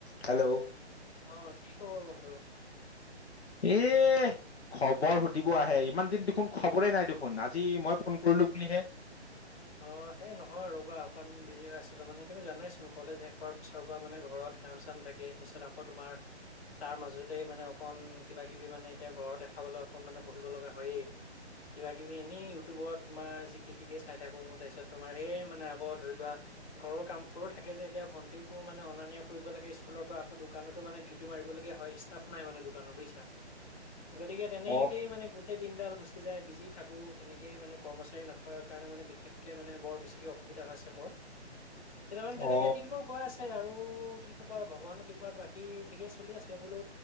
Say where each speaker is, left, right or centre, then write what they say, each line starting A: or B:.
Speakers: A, on the left; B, on the left.
A: Hello
B: অ', কি খবৰ বন্ধু?
A: এই খবৰ সুধিব আহে ইমান দিন দেখোন খবৰে নাই দেখোন আজি মই ফোন কৰিলো বুলিহে।
B: অ', সেই নহয় ৰ'বা অকণ বিজি হৈ আছিলোঁ মানে তুমি জানাইচোন কলেজ শেষ হোৱাৰ পিছৰ পৰা মানে ঘৰত কাম চাম থাকে তাৰপিছত আকৌ তোমাৰ তাৰ মাজতে মানে অকণ কিবা কিবি মানে এতিয়া ঘৰত দেখাবলৈ অকণ মানে পঢ়িব লগা হয়েই। কিবা কিবি এনেই ইউটিউবত তোমাৰ জিকে টিকে খাই থাকো তাৰপিছত তোমাৰ সেই মানে আকৌ ধৰি লোৱা ঘৰৰ কামবোৰো থাকে যে এতিয়া ভণ্টিকো মানে অনা নিয়া কৰিব লাগে স্কুলৰ পৰা আকৌ দোকানতো মানে মই মাৰিব লগীয়া হয় ইচট্টাভ নাই মানে দোকানত বুজা গতিকে তেনেকে
A: অ
B: মানে গোটেই দিনডাল গুচি যায় বিজি থাকোঁ তেনেকেই মানে কৰ্মচাৰী নথকা মানে বিশেষকে মানে বৰ বেছিকে অসুবিধা হৈছে মোৰ কেইটামান তেনেকে
A: অ
B: দিনবোৰ গৈ আছে আৰু কি ক'বা আৰু ভগৱানৰ কৃপাত বাকী ঠিকেই চলি আছে বোলো